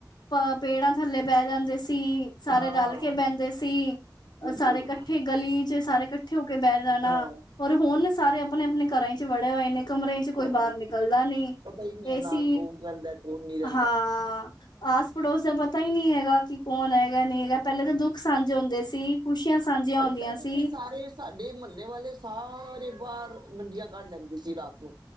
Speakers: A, on the left; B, on the right.
A: ਪ ਪੇੜਾਂ ਥੱਲੇ ਬਹਿ ਜਾਂਦੇ ਸੀ। ਸਾਰੇ
B: ਹਾਂ
A: ਰਲ ਕੇ ਬਹਿੰਦੇ ਸੀ।
B: ਬਿਲਕੁਲ
A: ਸਾਰੇ ਕੱਠੇ ਗਲੀ ਚ ਸਾਰੇ ਕੱਠੇ ਇਕੱਠੇ ਹੋ ਕੇ ਬਹਿਠ ਜਾਣਾ
B: ਹਾਂ
A: ਔਰ ਹੁਨ ਸਾਰੇ ਆਪਣੇ ਆਪਣੇ ਘਰਾਂ ਚ ਵੜੇ ਹੋਏ ਨੇ। ਕਮਰੇ ਚ ਕੋਈ
B: ਘਰਾਂ
A: ਬਾਹਰ
B: ਵਿੱਚ
A: ਨਿਕਲਦਾ ਨਹੀਂ
B: ਪਤਾ ਹੀ ਨਹੀਂ ਹੈ
A: ਏਸੀ
B: ਨਾਲ ਕੌਣ ਰਹਿੰਦਾ ਕੌਣ ਨਹੀਂ ਰਹਿੰਦਾ
A: ਹਾਂ। ਆਸ ਪੜੋਸ ਦਾ ਪਤਾ ਹੀ ਨਹੀਂ ਹੈਗਾ ਕਿ ਕੌਣ ਹੈਗਾ ਨਹੀਂ ਹੈਗਾ ਪਹਿਲੇ ਤਾਂ ਦੁੱਖ ਸਾਂਝੇ ਹੁੰਦੇ ਸੀ। ਖੁਸ਼ੀਆਂ ਸਾਂਝੀਆਂ
B: ਅਰੇ
A: ਹੁੰਦੀਆਂ
B: ਪਹਿਲੇ
A: ਸੀ।
B: ਤੇ ਸਾਰੇ ਸਾਡੇ ਮਹੱਲੇ ਵਾਲੇ ਸਾਰੇ ਬਾਰ ਮੰਜੀਆਂ ਕੱਢ ਲੈਂਦੇ ਸੀ ਰਾਤ ਨੂੰ।